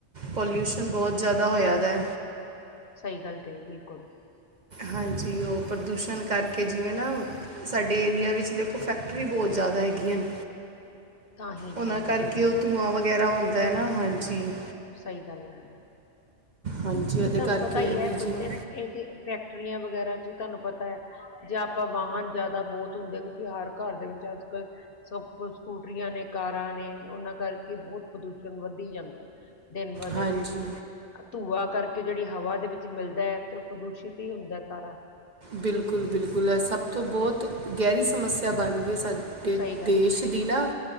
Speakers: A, on the right; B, on the left.
A: ਪੋਲਿਊਸ਼ਨ ਬਹੁਤ ਜ਼ਿਆਦਾ ਹੋਇਆ ਦਾ।
B: ਸਹੀ ਗੱਲ ਕਹੀ ਬਿਲਕੁਲ।
A: ਹਾਂਜੀ ਉਹ ਪ੍ਰਦੂਸ਼ਣ ਕਰਕੇ ਜਿਵੇਂ ਨਾ ਸਾਡੇ ਏਰੀਆ ਵਿੱਚ ਦੇਖੋ ਫੈਕਟਰੀ ਬਹੁਤ ਜ਼ਿਆਦਾ ਹੈਗੀਆਂ ਹਨ
B: <unintelligible>
A: ਉਹ
B: ਤਾਂ ਹੀ
A: ਕਰਕੇ
B: ਬਿਲਕੁਲ
A: ਉਹ ਧੂੰਆਂ ਵਗੈਰਾ ਹੁੰਦਾ ਹੈ ਨਾ ਹਾਂਜੀ।
B: ਸਹੀ ਗੱਲ ਐ।
A: ਹਾਂਜੀ
B: ਕਿਉਂਕਿ
A: ਉਹਦੇ
B: ਤੁਹਾਨੂੰ
A: ਕਰਕੇ
B: ਪਤਾ ਈ ਐ
A: ਵੀ
B: ਇਹ
A: ਜਿਵੇਂ
B: ਜ ਫੈਕਟਰੀਆਂ ਵਗੈਰਾ ਚ ਤੁਹਾਨੂੰ ਪਤਾ ਹੈ ਜੇ ਆਪਾਂ ਵਾਹਨ ਜ਼ਿਆਦਾ ਬਹੁਤ ਹੁੰਦੇ ਕਿਉਂਕਿ ਹਰ ਘਰ ਦੇ ਵਿੱਚ ਅੱਜ ਕੱਲ ਸਭ ਕੁ ਸਕੂਟਰੀਆਂ ਨੇ ਕਾਰਾਂ ਨੇ ਉਹਨਾਂ ਕਰਕੇ ਬਹੁਤ ਪ੍ਰਦੂਸ਼ਣ ਵੱਧੀ ਜਾਂਦਾ ਏ ਦਿਨ ਬ ਦਿਨ
A: ਹਾਂਜੀ
B: ਧੂੰਆ ਕਰਕੇ ਜਿਹੜੀ ਹਵਾ ਦੇ ਵਿੱਚ ਮਿਲਦਾ ਹੈ, ਤੇ ਉਹ ਪ੍ਰਦੂਸ਼ਿਤ ਹੀ ਹੁੰਦਾ ਸਾਰਾ
A: ਬਿਲਕੁਲ- ਬਿਲਕੁਲ, ਏ ਸਭ ਤੋਂ ਬਹੁਤ, ਗਹਿਰੀ ਸਮੱਸਿਆ ਬਣ ਗਈ ਸਾਡੀ
B: ਸਹੀ ਗੱਲ
A: ਦੇਸ਼
B: ਹੈ ਬਿਲਕੁਲ
A: ਦੀ ਨਾ,